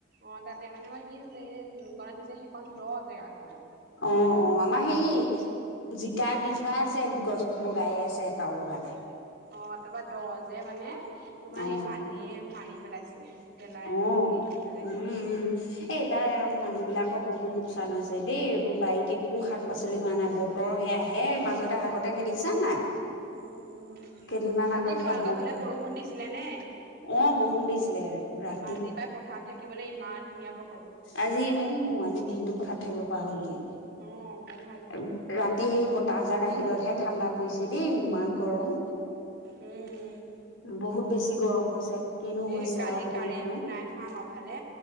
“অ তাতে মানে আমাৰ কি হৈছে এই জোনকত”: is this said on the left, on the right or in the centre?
Right